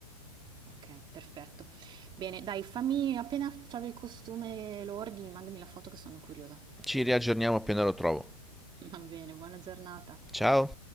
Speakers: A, on the right; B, in the centre.
A: Okay, perfetto. Bene, dai, fammi appena trovi il costume e lo ordini, mandami la foto che sono curiosa.
B: Ci riaggiorniamo appena lo trovo.
A: <laughs> Va bene, buona giornata.
B: Ciao!